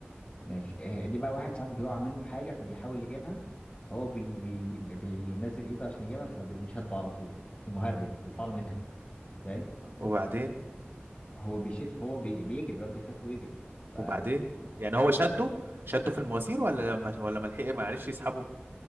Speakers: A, on the left; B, on the right.
A: ماشي آه، دي بقى واحد ساعات بيقع منه حاجة فبيحاول يجيبها فهو بي بي بينزل إيده عشان يجيبها فبيقوم شده على طول <laughs> المهرج بيطلع له منها فاهم
B: وبعدين
A: هو بيشد فهو بي بيجري الواد بيخاف ويجري ف
B: وبعدين يعني هو شده شده في المواسير ولا ما ولا ما لحق ما عرفش يسحبه